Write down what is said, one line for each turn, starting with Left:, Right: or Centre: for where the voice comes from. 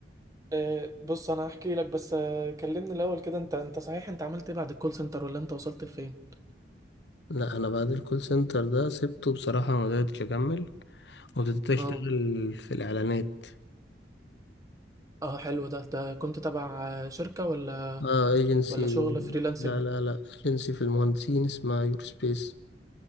Right: آه، بص انا هحكي لك بس آه، كلمني الاول كده انت انت صحيح انت عملت ايه بعد الكول سنتر ولا انت وصلت لفين
Left: لا انا بعد الكول سنتر ده سبته بصراحة ما قدرتش اكمل وابتديت اشتغل
Right: اه
Left: في الاعلانات
Right: اه حلو ده ده كنت تبع شركة ولا
Left: اه ايجنسي
Right: ولا شغل فريلانسنج
Left: لا لا لا ايجنسي في المهندسين اسمها يور سبيس